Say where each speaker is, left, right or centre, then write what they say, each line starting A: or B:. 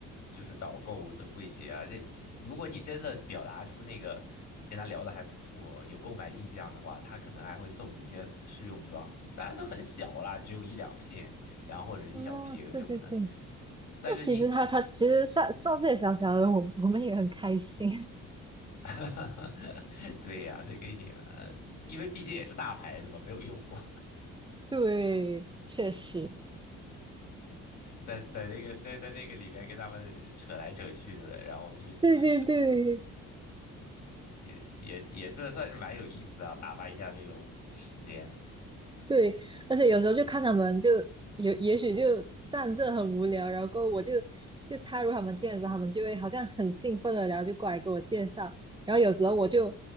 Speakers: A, on the left (about 65°); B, on the right (about 15°).
A: 就是导购的柜姐啊，这这如果你真的表达出那个跟他聊的还不错，有购买意向的话，他可能还会送你一些试用装，当然都很小啦，只有一两片，然后或者一小瓶什么的。
B: 哦，对对对，
A: 但是你
B: 那其实他他其实上送这些小小的，我我们也很开心。<laughs>
A: <laughs> 哈哈，对呀、这给你呃，因为毕竟也是大牌子嘛，没有用过，
B: 对，确实，
A: <laughs> 在在那个那在那个里面跟他们扯来扯去的，然后就就是
B: 对对对，
A: 也也也这算是蛮有意思的啊，打发一下那个时间。
B: 对，而且有时候就看他们就有，也许就站这很无聊，然后我就就踏入他们店的时候，他们就会好像很兴奋的，然后就过来给我介绍，然后有时候我就